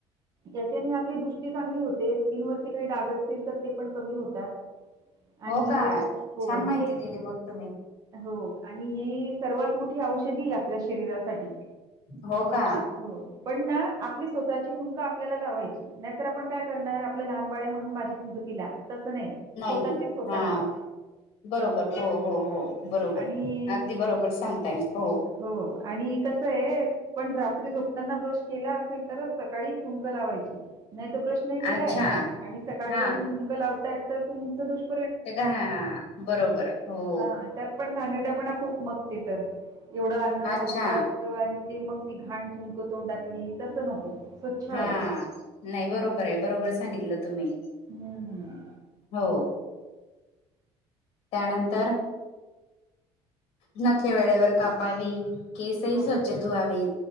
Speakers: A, on the right; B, on the left.
A: याच्याने आपली दृष्टी चांगली स्किनवरती काही डाग असतील तर ते पण कमी होतात. आणि
B: हो का
A: एक हो
B: छान माहिती
A: हि एक
B: दिली मग तुम्ही
A: हो. आणि ही सर्वात मोठी औषधी आपल्या शरीरासाठी.
B: हो का?
A: हो. पण ना आपली स्वतः स्वतःची थुंक आपल्याला लावायची नाहीतर आपण काय करणार आपल्या लहान बाळ आहे म्हणून माझी थुक तिला तसं नाही. स्वतः
B: नाही
A: ची स्वतः
B: हा
A: हाला.
B: बरोबर, हो.. - हो.. - हो.. बरोबर,
A: आणि
B: अगदी बरोबर, सांगताय हो.
A: हो आणि कसंय. आपण रात्री झोपताना ब्रश केला असेल, तरच सकाळी थुंक लावायची. नाहीतर ब्रश नाही केलाय
B: अच्छा
A: आणि सकाळी
B: हा
A: उठून थुंक लावताय, तर तुमचं दुष्प
B: ते का हा. बरोबर. हो.
A: हां, त्यात पण घाणेरड्यापणा खूप मग ते तर. एवढं अन्न
B: अच्छा
A: खाल्लेलं न तो आणि ते मग ती घाण थुंक तोंडातली. तसं नको. स्वच्छ हवी.
B: हा नाही, बरोबरय. बरोबर सांगितलं तुम्ही.
A: हम्म.
B: हो. त्यानंतर नखे वेळेवर कापावी. केसही
A: हो,
B: स्वच्छ धुहावी.